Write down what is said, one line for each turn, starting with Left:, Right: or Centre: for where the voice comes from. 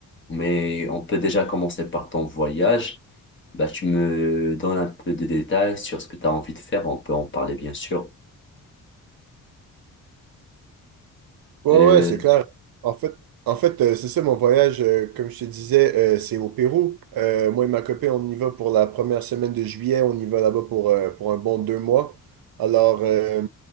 Left: Mais on peut déjà commencer par ton voyage. Bah, tu me donnes un peu de détails sur ce que tu as envie de faire. On peut en parler, bien sûr.
Right: Ouais,
Left: Euh,
Right: ouais, c'est clair. En fait, en fait euh, c'est ça mon voyage, euh, comme je te disais, euh, c'est au Pérou. Euh, moi et ma copine, on y va pour la première semaine de juillet. On y va là-bas pour, euh, pour un bon deux mois. Alors, euh,